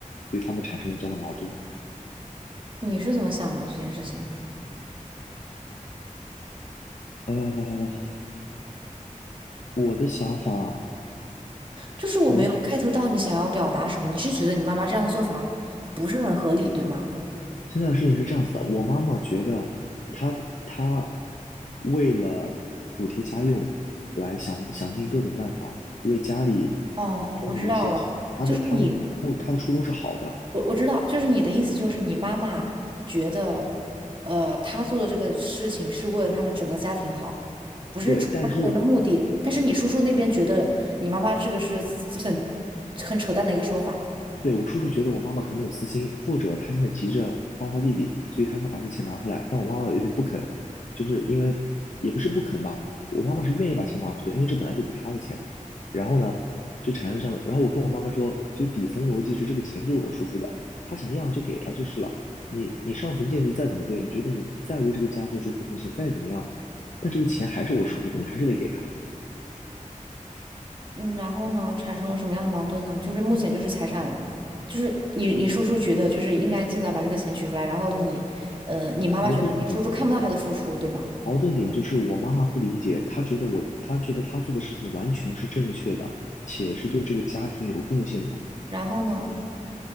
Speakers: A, on the left; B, on the right.
A: 所以他们产生了这样的矛盾。
B: 你是怎么想的？这件事情，
A: 呃，我的想法。
B: 就是我没有
A: 我。
B: get 到你想要表达什么。你是觉得你妈妈这样的做法不是很合理，对吗？
A: 现在的事情是这样子的，我妈妈觉得她她为了补贴家用，来想想尽各种办法为家里
B: 哦，
A: 赚了一些钱，
B: 我知道了，
A: 她的她的目她的初衷是好的，
B: 就是你，我我知道，就是你的意思，就是你妈妈觉得，呃，她做的这个事情是为了他们整个家庭好，不是出于她个人的目的。
A: 对，但是
B: 但是你叔叔那边觉得你妈妈这个是很很扯淡的一个说法。
A: 对，我叔叔觉得我妈妈可能有私心，或者他现在急着帮他弟弟，所以他想把这个钱拿回来。但我妈妈有点不肯，就是因为也不是不肯吧，我妈妈是愿意把钱拿回去的，因为这本来就不是她的钱。然后呢，就产生这样，然后我跟我妈妈说，就底层逻辑是这个钱就是我叔叔的，他想要你就给他就是了。你你上层建筑再怎么对，你觉得你再为这个家做出贡献，再怎么样，但这个钱还是我叔叔的，你还是得给他。
B: 嗯，然后呢，产生了什么样的矛盾呢？就是目前就是财产，就是你你叔叔觉得就是应该尽早把这个钱取出来，然后你，呃，你妈妈觉得你叔叔看不到他的付出，
A: 矛盾点
B: 对吗？
A: 矛盾点就是我妈妈不理解，她觉得我，她觉得她做的事情完全是正确的，且是对这个家庭有贡献的。
B: 然后呢，